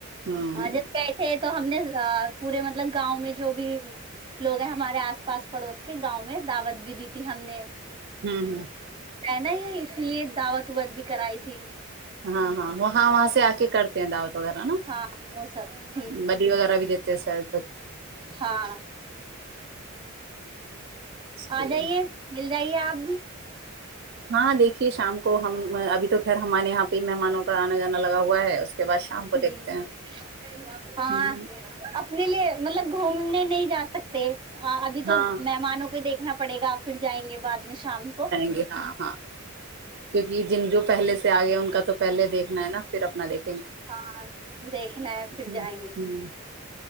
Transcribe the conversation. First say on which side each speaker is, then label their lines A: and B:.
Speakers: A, on the right; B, on the right.
A: ہوں
B: ہاں جب گئے تھے تو ہم نے <unintelligible> پورے مطلب گاؤں میں جو بھی لوگ ہیں ہمارے آس پاس پڑوس کے گاؤں میں دعوت بھی دی تھی ہم نے <unintelligible>
A: ہوں ہوں <unintelligible>
B: ہے نا یہ اسی لیے دعوت ووت بھی کرائی تھی <unintelligible>
A: ہاں ہاں وہاں وہاں سے آک کرتے ہیں داوت وغیرہ نا ہ
B: ہاں وہ سب ہ
A: بلیی وغیرہ بھی دیتے سر بچ
B: ہاں
A: صحیح
B: آ جائیے
A: ہے
B: مل جائیے آپ بھی
A: ہاں دیکھیے شام کو ہم ابھی تو پھر ہمارے یہاں پہ مہمانوں کا آنا جانا لگا ہوا ہے کے بعد شام کو
B: ہ
A: دیکھتے ہیں
B: ہاں
A: ہوں
B: اپنے لیے مطلب گ گھومنے نہیں جا سکتے ابھی تو
A: ہاں
B: مہمانوں کو دیکھ نا پڑے گاپ پھر جائیں گے بع میں شام کو
A: جائیں گے ہاں ہاں کیونکہ جن جو پہل سے آگیا ان کا تو پہلے دیکھنا ہے نا پھر اپنا دیکھنا
B: ہاں دیکھنا ہے پھر
A: ہوں
B: جائیں گے
A: ہوں